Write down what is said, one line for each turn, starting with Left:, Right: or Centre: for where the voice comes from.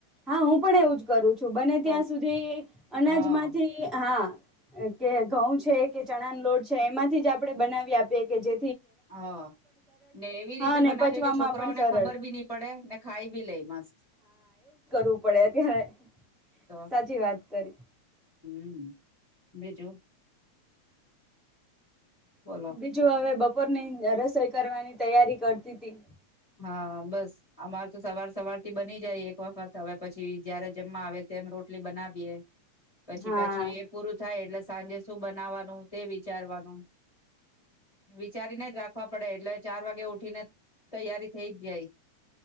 Centre: હા હું પણ એવું જ કરું છું બને
Left: તો
Centre: ત્યાં સુધી અનાજમાંથી
Left: હા
Centre: હા. કે ઘઉં છે કે ચણા ન લોડ છે એમાંથી જ આપણે બનાવી આપીએ કે જે
Left: હ ને એવી રીતે
Centre: હા અને
Left: બનાવી
Centre: પચવામાં
Left: કે છોકરાઓને
Centre: પણ સરળ
Left: ખબર ભી નહી પડે ને ખાઈ બી લે મસ્ત.
Centre: ઉઠવું પડે ત્યારે
Left: તો
Centre: સાચી વાત કરી.
Left: હમ બીજુ. બોલો
Centre: બીજું હવે બપ ઉપોરની અ રસોઈ કરવાની તૈયારી કરતી તી.
Left: હા બસ અમારે તો સવાર-સવાર થી બની જાય એક વખત હવે પછી જયારે જમવા આવે ત્યારે રોટલી બનાવીએ. પછી
Centre: હા
Left: પછી એ પૂરું થાય એટલે સાંજે શું બનાવવાનું તે વિચારવાનું. વિચારીને જ રાખવા પડે એટલે ચાર વાગે ઉઠીને તૈયારી થઇ જ જાય.